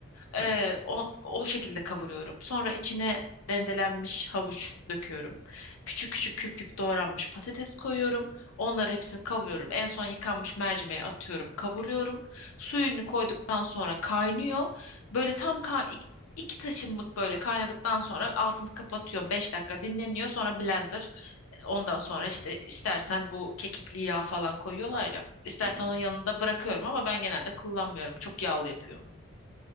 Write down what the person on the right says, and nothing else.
Evet.
Hı hı.